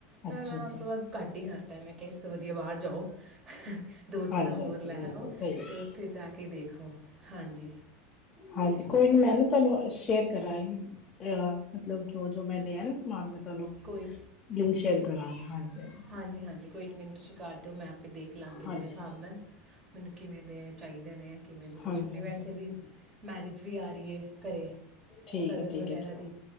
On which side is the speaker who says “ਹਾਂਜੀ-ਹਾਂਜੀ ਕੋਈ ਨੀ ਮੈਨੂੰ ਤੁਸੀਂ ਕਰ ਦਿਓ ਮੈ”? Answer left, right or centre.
Right